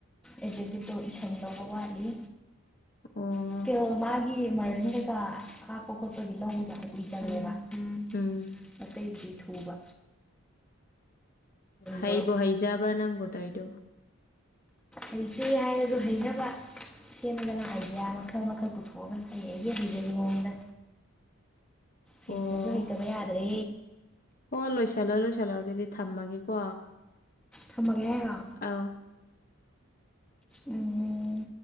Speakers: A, in the centre; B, on the left.
A: ꯑꯦꯖꯦꯛꯇꯤꯞꯇꯣ ꯏꯁꯟ ꯗꯧꯕ ꯋꯥꯠꯂꯤ
B: ꯑꯣ
A: ꯏꯁꯀꯦꯜ ꯃꯥꯒꯤ ꯃꯥꯔꯖꯤꯟ ꯀꯩꯀꯥ ꯈꯥꯛꯄꯥ ꯈꯣꯠꯄꯒꯤ ꯂꯧꯗꯤ ꯀꯨꯏ ꯆꯪꯉꯦꯕ <unintelligible>
B: ꯎꯝ
A: ꯑꯇꯩꯕꯨꯗꯤ ꯊꯨꯕꯥ
B: ꯍꯩꯕꯨ
A: ꯇꯧꯔ
B: ꯍꯩꯖꯕ꯭ꯔꯥ ꯅꯪꯕꯨ ꯇꯧꯏꯗꯨꯕꯨ
A: ꯍꯩꯇꯦ ꯍꯥꯏꯔꯁꯨ ꯍꯩꯅꯕ ꯁꯦꯝꯃꯦꯗꯥꯅ ꯑꯥꯏꯗꯤꯌꯥ ꯃꯈꯜ ꯃꯈꯜ ꯄꯨꯊꯣꯛ ꯑꯣ ꯑꯩ ꯑꯩꯒꯤ ꯍꯩꯖꯕꯤ ꯃꯑꯣꯡꯗ ꯍꯩꯇ꯭ꯔꯁꯨ
B: ꯑꯣ
A: ꯍꯩꯇꯕ ꯌꯥꯗ꯭ꯔꯦ
B: ꯍꯣ ꯂꯣꯏꯁꯤꯜꯂꯣ ꯂꯣꯏꯁꯤꯜꯂꯣ ꯑꯗꯨꯗꯤ ꯊꯝꯃꯒꯦꯀꯣ꯫
A: ꯊꯝꯃꯒꯦ ꯍꯥꯏꯔꯣ꯫
B: ꯑꯥꯎ꯫
A: ꯎꯝ